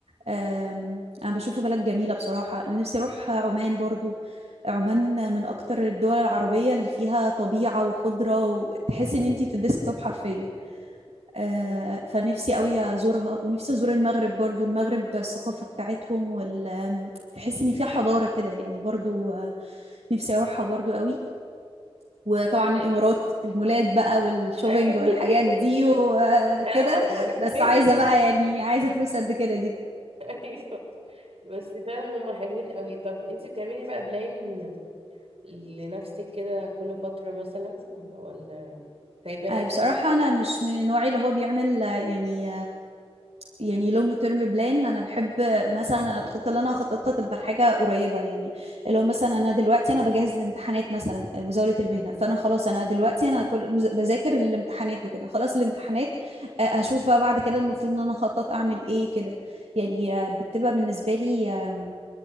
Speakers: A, on the right; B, on the right.
A: أم، انا بشوفها بلد جميله بصراحه انا نفسي اروح عمان برضو عمان من اكتر الدول العربيه اللي فيها طبيعه وخضره وتحس ان انتي في الديسكتوب حرفيا آه،
B: ايوه
A: فنفسي قوي ازورها ونفسي ازور المغرب برضو المغرب الثقافة بتاعتهم وال تحس ان فيها حضارة كده يعني برضو آه، نفسي اروحها برضو قوي وطبعا الامارات المولات بقى والشوبينج
B: ايوه
A: والحاجات
B: <laughs>
A: دي وكده
B: أيوة، ده حاجات
A: بس
B: مهمة
A: عايزة
B: جدا
A: بقى يعني عايزة فلوس قد كده دي
B: <laughs> ايوه بس فعلا هم حلوين قوي طب انت بتعملي بقى بلان لنفسك كده كل فترة مثلا ولا سايباها
A: آه،
B: كده
A: بصراحة أنا مش من النوع اللي هو بيعمل آه، يعني يعني لونج تيرم بلان انا بحب مثلا الخطه اللي انا هخططها تبقى لحاجه قريبه يعني اللي هو مثلا انا دلوقتي انا بجهز الامتحانات مثلا آه، مزاوله المهنه فانا خلاص انا دلوقتي انا كل مز- بذاكر الامتحانات وكده خلاص الامتحانات آه، هشوف بقى بعد كده المفروض ان انا اخطط اعمل ايه كده يعني آه، بتبقى بالنسبه لي آه،